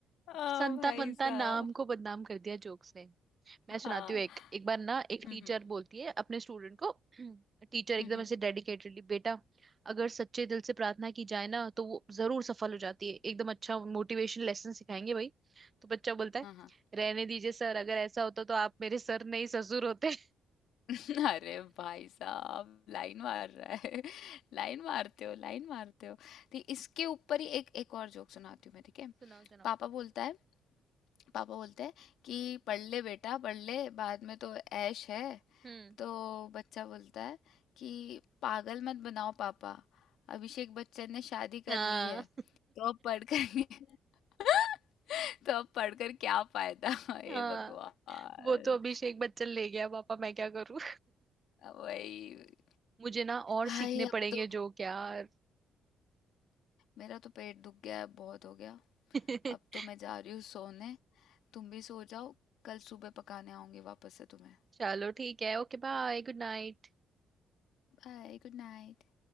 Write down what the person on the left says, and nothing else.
हाँ
भाई
साहब
हाँ
हम्म
हम्म
हम्म, हम्म,
हाँ हाँ
<laughs> अरे भाई साहब लाइन मार रहा है <laughs> लाइन मारते हो लाइन मारते हो ठीक इसके ऊपर ही एक एक और जोक सुनाती हूँ मैं ठीक है
पापा बोलता है पापा बोलते हैं कि पढ़ ले बेटा पढ़ ले बाद में तो ऐश है
तो बच्चा बोलता है कि पागल मत बनाओ पापा अभिषेक बच्चन ने शादी कर
ली है तो अब पढ़ कर <laughs> तो अब पढ़कर क्या फायदा
<laughs> हे
भगवान
वही
हाय
अब
तो
मेरा तो पेट दुख गया है बहुत हो गया
अब तो मैं जा रही हूँ सोने तुम भी सो जाओ कल सुबह पकाने आऊंगी वापस से तुम्हें
Bye good night